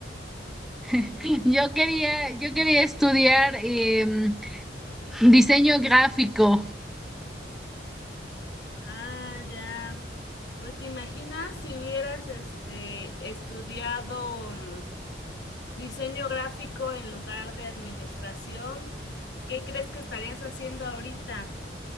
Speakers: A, in the centre; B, on the left.
A: <laughs> Yo quería, yo quería estudiar em, diseño gráfico.
B: Ah, ya. Pues te imaginas si hubieras este estudiado mm, diseño gráfico en lugar de administración, ¿qué crees que estarías haciendo ahorita?